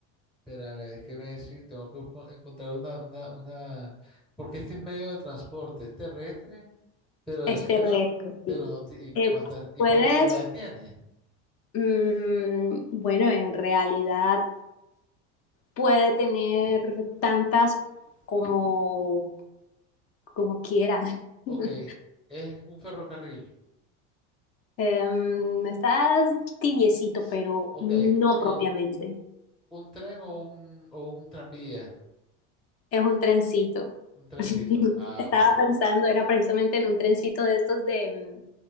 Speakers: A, in the centre; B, on the left.
A: espérame, es que me sí, tengo que busco- encontrar una, una, una, porque es que es medio de transporte, es terrestre, pero
B: este
A: decir que
B: reto,
A: no,
B: sí.
A: pero no, ti- ¿y
B: Eh,
A: cuántas, y
B: puedes,
A: cuántas ruedas tiene?
B: mm, bueno, en realidad puede tener tantas como, como quiera.
A: Ok,
B: <laughs>
A: es un ferrocarril.
B: Em, estás tibiecito,
A: S-
B: pero
A: Ok,
B: no
A: el,
B: propiamente.
A: un tren o un, o un tranvía,
B: Es un trencito.
A: un trencito.
B: <laughs>
A: Ah,
B: Estaba
A: ok.
B: pensando, era precisamente en un trencito de estos de mm,